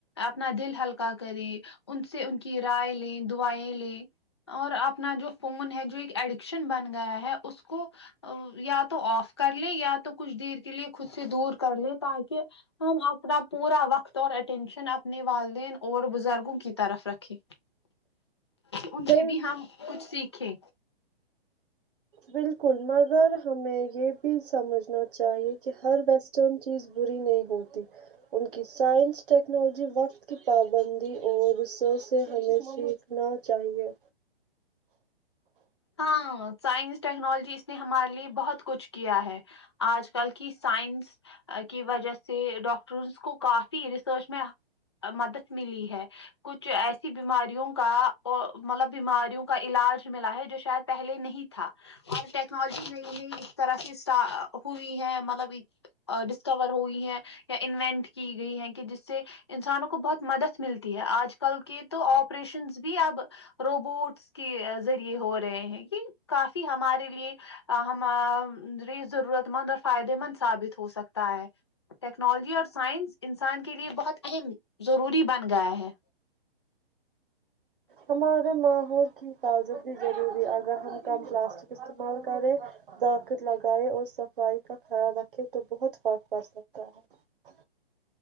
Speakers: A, on the left; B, on the right.
A: اپنا دل ہلکا کریں ان سے ان کی رائے لیں دعاۓ لے اور اپنا جو فون ہے جو ایک ایڈکشن بن گیا ہے اس کو ا یا تو اوف کرلے یا تو کچھ دیر کے لئے خود سے دور کرلے تا کے ہم اپنا پورا وقت اور اٹینشن اپنے والدین اور بزرگوں کی طرف رکھے ان
B: بل
A: سے بھی ہم کچھ سیکھے
B: بالکل مگر ہمیں یہ سمجھنا چاہیے کہ ہر ویسٹرن چیز بری نہیں ہوتی ان کی سائنس ٹیکنالوجی وقت کی پابندی اور ریسرچ سے ہمیشی نہ چاہیے
A: ہاں سائنس ٹیکنالوجی اس نے ہمارے لیے بہت کچھ کیا ہے آج کل کی سائنس کی وجہ سے ڈاکٹرس کو کافی ریسرچ میں مدد ملی ہے کچھ ایسی بیماریوں کا مطلب بیماریوں کا علاج ملا ہے جیسے شاید پہلے نہیں تھا اور ٹیکنالوجی نئی نئی اس طرح سے اسٹ ہوئی ہے مطلب ڈسکور ہوئی ہے یا انوینٹ کی گئی ہے کہ جس سے انسانوں کو بہت مدد ملتی ہے اج کل کے تو آپریشنز بھی اب روبوٹس کے ذریعے ہو رہے ہیں یہ کافی ہمارے لیے ہماری ضرورت مند اور فائدے مند ثابت ہو سکتا ہے ٹیکنالوجی اور سائنس انسان کے لیے بہت اہم ضروری بن گیا ہے
B: ہمارے ماحول کی حفاظت بھی ضروری ہے اگر ہم کم پلاسٹک استعمال کریں طاقت لگائے اور صفائی کا خیال رکھے تو بہت فرق پڑ سکتا ہے